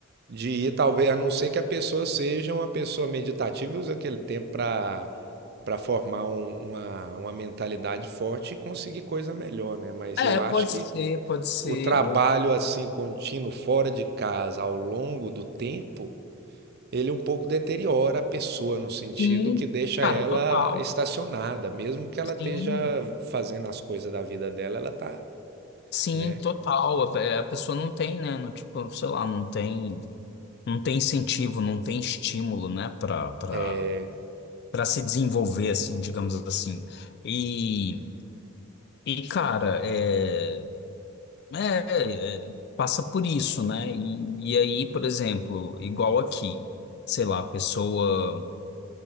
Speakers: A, on the right; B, on the left.
A: De ir, talvez, a não ser que a pessoa seja uma pessoa meditativa e use aquele tempo para para formar um- uma, uma mentalidade forte e conseguir coisa melhor, né? Mas
B: É,
A: eu
B: pode
A: acho que
B: ser, pode ser.
A: o trabalho
B: Ou...
A: assim contínuo fora de casa ao longo do tempo, ele um pouco deteriora a pessoa no sentido
B: Sim,
A: que deixa
B: cara,
A: ela
B: total.
A: estacionada, mesmo que ela esteja
B: Sim,
A: fazendo as coisas da vida dela, ela tá,
B: sim,
A: né?
B: total. É, A pessoa não tem, né? Não, tipo, sei lá, não tem, não tem incentivo, não tem estímulo, né? Pra, pra,
A: É,
B: pra se desenvolver, assim, digamos assim. E, e cara, é, é, é, passa por isso, né? E, e aí, por exemplo, igual aqui, sei lá, a pessoa.